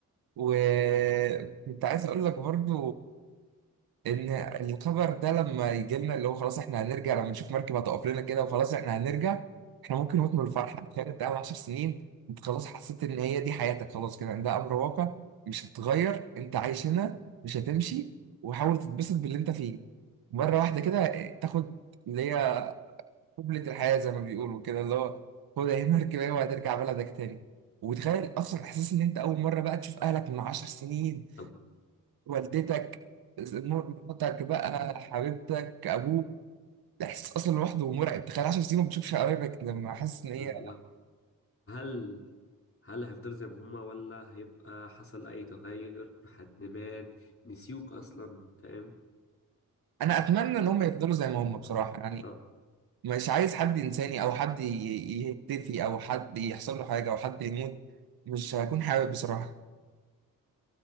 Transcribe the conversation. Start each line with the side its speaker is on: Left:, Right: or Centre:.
Right: وكنت عايز اقول لك برضه ان الخبر ده لما يجي لنا اللي هو خلاص احنا هنرجع لما نشوف مركب هتقف لنا كده وخلاص احنا هنرجع احنا ممكن نموت من الفرحه تخيل انت قاعد 10 سنين انت خلاص حسيت ان هي دي حياتك خلاص كده ده امر واقع مش هتتغير انت عايش هنا مش هتمشي وحاول تتبسط باللي انت فيه مره واحده كده اه، تاخد اللي هي قبلة الحياه زي ما بيقولوا كده اللي هو خد اهي مركب اهي <laughs> وهترجع بلدك تاني وتخيل اصلا احساس ان انت اول مره بقى تشوف اهلك من 10 سنين
Left: طب
Right: والدتك مراتك بقى حبيبتك ابوك ده احساس اصلا لوحده مرعب تخيل 10 سنين ما بتشوفش قرايبك لما حاسس ان هي
Left: م، وهل هل هيفضل زي ما هما ولا هيبقى حصل أي تغير حد مات نسيوك أصلا فاهم
Right: انا اتمنى ان هم يفضلوا زي ما هم بصراحه يعني
Left: طب
Right: مش عايز حد ينساني او حد ي- ي- يختفي او حد يحصل له حاجه او حد يموت مش هكون حابب بصراحه